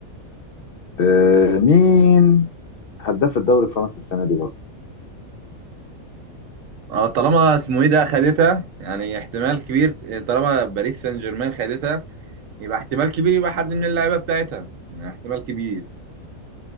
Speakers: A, on the left; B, on the right.
A: آه مين هداف الدوري الفرنسي السنه دي برضه
B: اه طالما اسمه ايه ده خدتها يعني احتمال كبير طالما باريس سان جيرمان خدتها يبقى احتمال كبير يبقى حد من اللعيبه بتاعتها يعني احتمال كبير